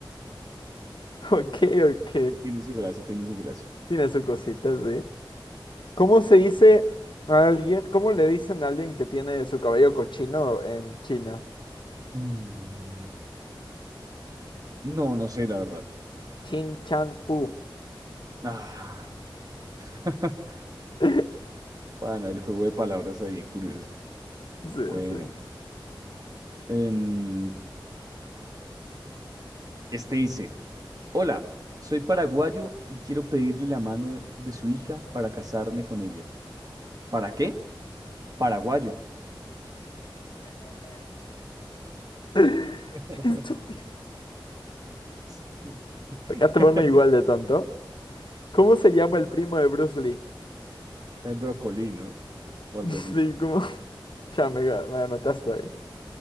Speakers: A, on the left; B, on the right.
A: Ok, ok.
B: Y Tiene su gracia, tiene su gracia.
A: Tiene su cosita, sí. ¿Cómo se dice a alguien, cómo le dicen a alguien que tiene su cabello cochino en China?
B: Mm, no, no sé, la verdad.
A: Chin Chan Pu.
B: Ah, <laughs>
A: <laughs>
B: bueno, el juego de palabras ahí, curioso.
A: Sí,
B: Bueno,
A: sí.
B: em, este dice, hola, soy paraguayo y quiero pedirle la mano de su hija para casarme con ella. ¿Para qué? Paraguayo.
A: <laughs>
B: <laughs>
A: Estúpido.
B: Sí. <laughs>
A: Acá te van igual de tanto. ¿Cómo se llama el primo de Bruce Lee?
B: El brocolí, ¿no?
A: <laughs>
B: O algo así.
A: Sí, como. Ya, me, ga- me mataste ahí.